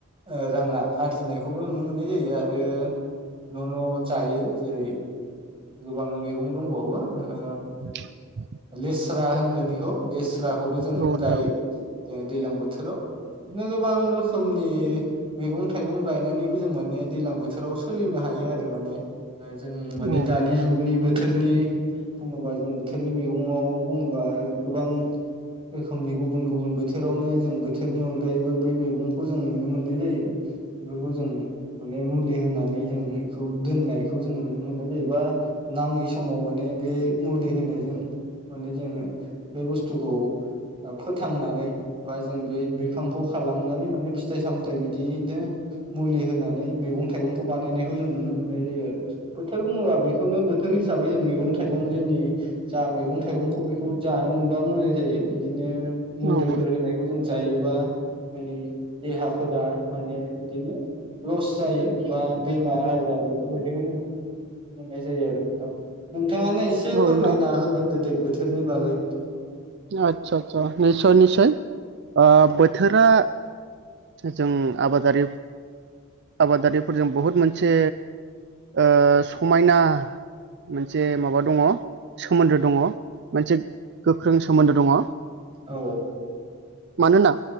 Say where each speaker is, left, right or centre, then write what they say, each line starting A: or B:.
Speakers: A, on the right (about 25°); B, on the right (about 55°).
A: ओ राङा आरजिनायखौबो नुनो मोननाय जायो। आरो न' न' जायो। जेरै गोबां मैगं दंबावो ओ
B: <inaudible>
A: लेस्रा होनगोन इखौ लेस्राखौबो जों
B: नोंथां
A: गायो। जोंहा दैलां बोथोराव। बिदिनो गोबां रोखोमनि मैगं थाइगं गायनानैबो जों माने दैलां बोथोराव सोलिनो हायो आरो माने। ओ जों माने
B: औ
A: दानि जुगनि बोथोरनि बुङोबा जों बोथोरनि मेगं खौ बुङोबा गोबां रोखोमनि गुबुन गुबुन बोथोरावनो जों बोथोरनि अनगायैबो बे मैगंखौ जों नुनो मोननाय जायो। बेफोरखौ जों अनेक मुलि होनानै जों एखौ दोननायखौ जों नुनो मोननाय जायो। बा नाङै समाव माने बे मुलि होनायजों माने जोङो बे बुस्थुखौ ओ फोथांनानै बा जों बे बिफांखौ खालामनानै माने फिथाइ सामथाय बिदिनो मुलि होनानै मेगं थाइगंखौ बानायनायखौ जों नुनो नो मोननाय जायो आरो। बोथोर बुङोबा बेखौनो बोथोर हिसाबै जों मैगं थाइगं जोंनि जा मैगं थाइगंखौ बेखौ जानो मोनबा मोजां जायो। बिदिनो मुलिफोर
B: औ औ
A: होनायखौ जों जायोबा जोंनि देहाफोरा माने इदिनो लस जायो। बा बेमार आजार बेफोरबायदिखौ <unintelligible> जायो आरो नोंथां नों थाङानो एसे
B: नोंथां
A: फोरमायना होग्रोदो दे बोथोरनि बागै
B: आतसा आतसा निसय निसय। ओ
A: औ
B: बोथोरा जों आबादारि आबादारिफोरजों बहुद मोनसे ओ समायना मोनसे माबा दङ'। सोमोन्दो दङ' मोनसे गोख्रों सोमोन्दो दङ'। ओ
A: औ
B: मानोना